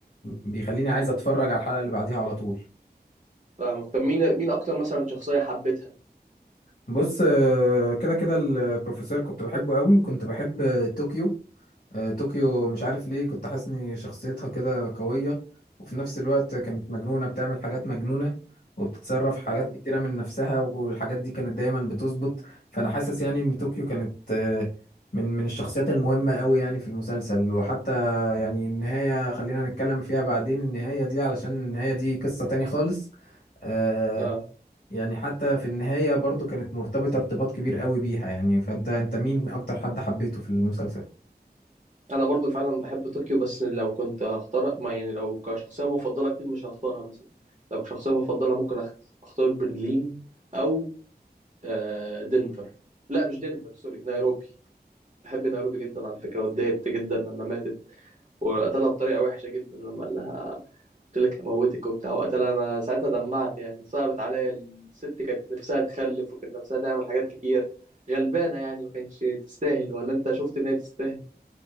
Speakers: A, on the left; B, on the right.
A: بيخليني عايز اتفرج على الحلقة اللي بعديها على طول
B: فاهمك طب مين مين اكتر مثلا شخصيه حبيتها
A: بص آه، كده كده البروفيسور كنت بحبه قوي وكنت بحب آه، طوكيو آه، طوكيو مش عارف ليه كنت حاسس ان شخصيتها كده قوية وفي نفس الوقت كانت مجنونة بتعمل حاجات مجنونة وبتتصرف في حاجات
B: فعلا
A: كتيرة من نفسها والحاجات دي كانت دايما بتظبط فأنا حاسس يعني ان طوكيو كانت آه، من من الشخصيات المهمة قوي يعني في المسلسل وحتى يعني النهاية خلينا نتكلم فيها بعدين النهاية دي علشان النهاية دي قصة تاني خالص آه،
B: اه
A: يعني حتى في النهاية برضو كانت مرتبطة ارتباط كبير قوي بيها يعني فانت انت مين اكتر حد حبيته في المسلسل
B: انا برضو فعلا بحب طوكيو بس لو كنت هختار ما يعني لو كشخصيه مفضله اكيد مش هختارها مثلا لو كشخصيه مفضله ممكن أخ- اختار برلين او آه، دنفر لا مش دنفر سوري نيروبي بحب نيروبي جدا على فكرة واتضايقت جدا لما ماتت وقتلها بطريقة وحشة جدا لما قال لها قلت لك هموتك وبتاع وقتلها أنا ساعتها دمعت يعني صعبت عليا الست كانت نفسها تخلف وكانت نفسها تعمل حاجات كتير غلبانة يعني ما كانش تستاهل ولا أنت شفت إن هي تستاهل